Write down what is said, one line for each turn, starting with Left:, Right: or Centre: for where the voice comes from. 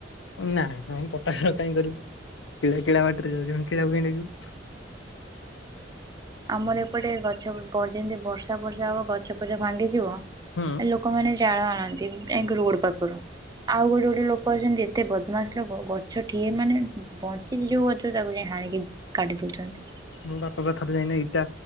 Left: ନାଁ ନାଁ ଆମ ପଟା ଘର କାଇଁ କରିବୁ କିଳା କିଳା ବାଟରେ ଯାଉଛି ଆମେ କିଳାକୁ କାଇଁ ଡାକିବୁ।
Right: ଆମର ଏପଟେ ଗଛ ପ ଯେମିତି ବର୍ଷା ପର୍ଷା ହବ ଗଛ ପଛ ଭାଙ୍ଗିଯିବ ଲୋକ
Left: ହୁଁ
Right: ଲୋକମାନେ ଜାଳ ଆଣନ୍ତି ଯାଇକି ରୋଡ ପାଖରୁ। ଆଉ ଗୋଟେ ଗୋଟେ ଲୋକ ଅଛନ୍ତି ଏତେ ବଦମାସ ଲୋକ ଗଛ ଟିଏ ମାନେବଞ୍ଚି ସେ ଯୋଉ ଗଛ ଟା କୁ ହାଣିକି କାଟି ଦଉଛନ୍ତି।
Left: ମୋ ବାପା ପା ଥରେ ଯାଇକି ନା ଏଇଟା